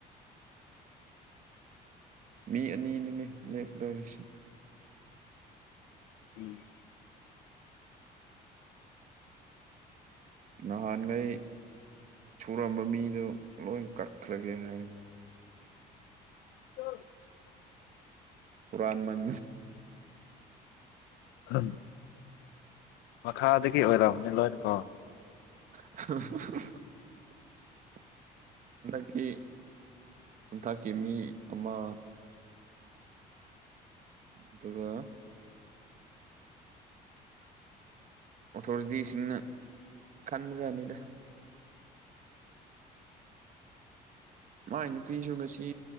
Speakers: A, on the right; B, on the left.
A: ꯃꯤ ꯑꯅꯤꯅꯤꯅꯦ ꯂꯦꯞꯀꯗꯧꯔꯤꯁꯤ
B: ꯎꯝ
A: ꯅꯍꯥꯟꯒꯩ ꯁꯨꯔꯝꯕ ꯃꯤꯗꯨꯣ ꯂꯣꯏ ꯀꯛꯈ꯭ꯔꯒꯦ ꯍꯥꯏ
B: <unintelligible>
A: ꯍꯨꯔꯥꯟꯃꯟ
B: ꯎꯝ ꯃꯈꯥꯗꯒꯤ ꯑꯣꯏꯔꯛꯑꯕꯅꯤ ꯂꯣꯏꯅꯀꯣ
A: <unintelligible> ꯍꯟꯗꯛꯀꯤ ꯌꯨꯝꯊꯥꯛꯀꯤ ꯃꯤ ꯑꯃ ꯑꯗꯨꯒ ꯑꯣꯊꯣꯔꯤꯇꯤꯁꯤꯡꯅ ꯈꯟꯕꯖꯟꯅꯤꯗ ꯃꯥꯏ ꯅꯨꯄꯤꯁꯨ ꯉꯁꯤ